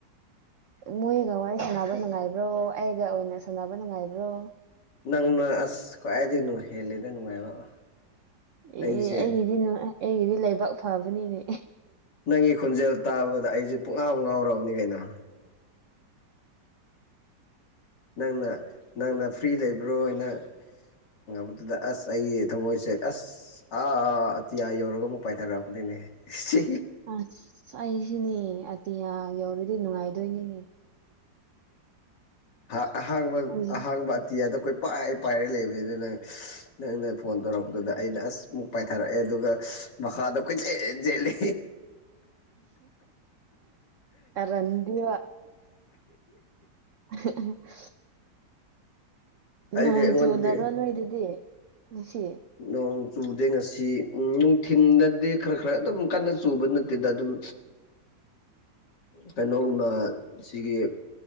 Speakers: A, on the right; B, on the left.
A: ꯃꯣꯏꯒ ꯋꯥꯔꯤ ꯁꯥꯟꯅꯕ ꯅꯨꯡꯉꯥꯏꯕ꯭ꯔꯣ ꯑꯩꯒ ꯑꯣꯏꯅ ꯁꯥꯟꯅꯕ ꯅꯨꯡꯉꯥꯏꯕ꯭ꯔꯣ
B: ꯅꯪꯅ ꯑꯁ ꯈ꯭ꯋꯥꯏꯗꯒꯤ ꯍꯦꯂꯦꯗ ꯅꯨꯡꯉꯥꯏꯕ ꯑꯩꯁꯦ
A: ꯑꯦ ꯑꯩꯒꯤꯗꯤ ꯑꯩꯒꯤꯗꯤ ꯂꯩꯕꯥꯛ ꯐꯕꯅꯤꯅꯦ
B: ꯅꯪꯒꯤ ꯈꯣꯟꯖꯦꯜ ꯇꯥꯕꯗ ꯑꯩꯁꯦ ꯄꯨꯡꯉꯥꯎ ꯉꯥꯎꯔꯕꯅꯤ ꯀꯩꯅꯣ ꯅꯪꯅ ꯅꯪꯅ ꯐ꯭ꯔꯤ ꯂꯩꯕ꯭ꯔꯣ ꯍꯥꯏꯅ ꯉꯕꯗꯨꯗ ꯑꯁ ꯑꯩꯒꯤ ꯊꯃꯣꯏꯁꯦ ꯑꯁ ꯑꯁ ꯑꯥꯥ ꯑꯇꯤꯌꯥ ꯌꯧꯔꯒ ꯑꯃꯨꯛ ꯄꯥꯏꯊꯔꯛꯄꯅꯤꯅꯦ ꯁꯤ
A: ꯑꯁ ꯑꯩꯁꯤꯅꯦ ꯑꯇꯤꯌꯥ ꯌꯧꯔꯗꯤ ꯅꯨꯡꯉꯥꯏꯗꯣꯏꯅꯤ
B: ꯎ ꯑꯍꯥꯡꯕ
A: ꯎꯝ
B: ꯑꯍꯥꯡꯕ ꯑꯇꯤ ꯀꯣꯏ ꯄꯥꯏ ꯄꯥꯏꯔ ꯂꯩꯕꯅꯤ ꯑꯗꯨꯅꯪ ꯅꯪꯅ ꯐꯣꯟ ꯇꯧꯔꯛꯄꯗꯨꯗ ꯑꯩꯅ ꯑꯁ ꯑꯃꯨꯛ ꯄꯥꯏꯊꯥꯔꯛꯑꯦ ꯑꯗꯨꯒ ꯃꯈꯥꯗꯣ ꯀꯨꯆꯦꯜ ꯆꯦꯜꯂꯦ
A: ꯀꯥꯔꯟꯗꯤ <unintelligible> ꯅꯣꯡ
B: ꯑꯩꯗꯤ ꯑꯩꯉꯣꯟꯗꯗꯤ
A: ꯆꯨꯗꯕ꯭ꯔꯥ ꯅꯣꯏꯗꯗꯤ ꯉꯁꯤ
B: ꯅꯣꯡ ꯆꯨꯗꯦ ꯉꯁꯤ ꯅꯨꯡꯊꯤꯜꯗꯗꯤ ꯈꯔ ꯈꯔ ꯑꯗꯨꯝ ꯀꯟꯅ ꯆꯨꯕ ꯅꯠꯇꯦꯗ ꯑꯗꯨꯝ ꯀꯩꯅꯣꯒꯨꯝꯕ ꯁꯤꯒꯤ